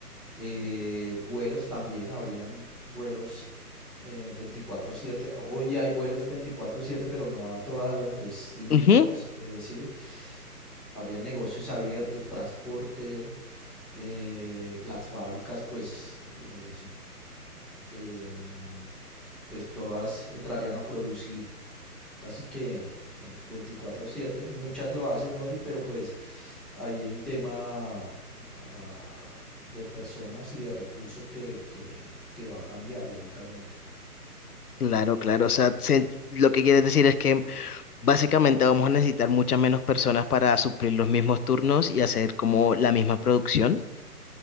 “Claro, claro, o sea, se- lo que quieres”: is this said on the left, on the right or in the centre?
Left